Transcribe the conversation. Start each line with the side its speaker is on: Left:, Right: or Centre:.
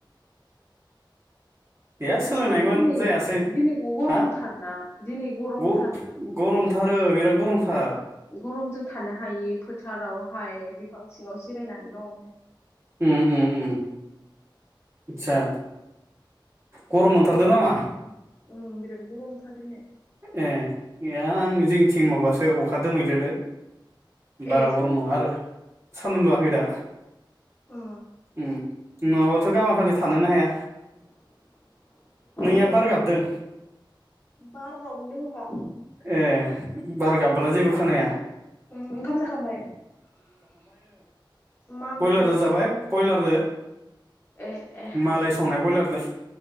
Right: <inaudible> गैया सोलोंनायमोन
Left: सान दिनै
Right: जायासै
Left: दिनै गरमथारना
Right: हा
Left: दिनै गरमथारना
Right: ग-गरम थार आरो बिराद गरमथार
Left: गरमजों थानो हायि फोथारावहाय बिफां सिङाव जिरायनानै दं
Right: उम उम उम आदसा गरम मोनथारदों नामा
Left: उम बिराद गरमथार दिनै
Right: ए आं जोंनिथिं माबासो अखा दोमैलोलो बारा
Left: ए सानदुं
Right: गरम नङा
Left: दुङाखै
Right: आरो सान्दुं दुंआखै दा
Left: उम
Right: उम नङाबाथ' गामाखालि थानोनो हाया नोंनिया
Left: बिराद
Right: बार गाबदों
Left: बारावनो दङबा
Right: ए बार गाबला जेबो खोनाया
Left: ओंखाम जाखांबाय मा ओंख्रिमोन
Right: ब्रयलारजों जाबाय ब्रयलारजों
Left: ए ए
Right: मालाय संनाय ब्रयलारजों